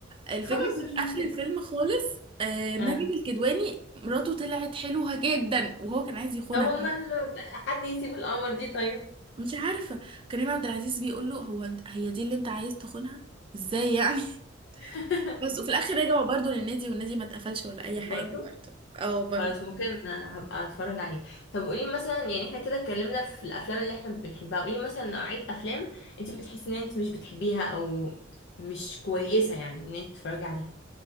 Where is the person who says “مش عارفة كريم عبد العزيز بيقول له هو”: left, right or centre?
Right